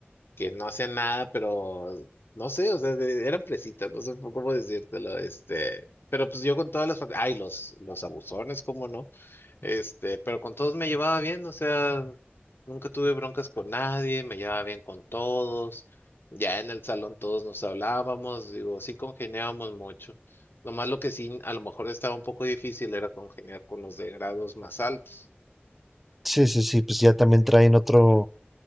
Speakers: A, on the left (about 60°); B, in the centre.
A: que no hacían nada, pero no sé, o sea, de- eran fresitas, no sé po- cómo decírtelo, este, pero pues yo con todas las, fac- ay, los, los abusones, cómo no, este, pero con todos me llevaba bien, o sea, nunca tuve broncas con nadie, me llevaba bien con todos, ya en el salón todos nos hablábamos, digo, sí congeniábamos mucho. Nomás lo que sí, a lo mejor estaba un poco difícil era congeniar con los de grados más altos
B: Sí, sí, sí, pues ya también traen otro,